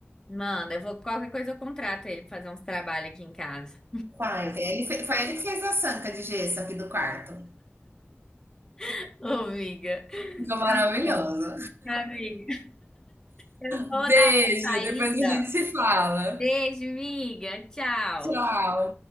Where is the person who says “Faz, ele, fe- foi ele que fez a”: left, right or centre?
Right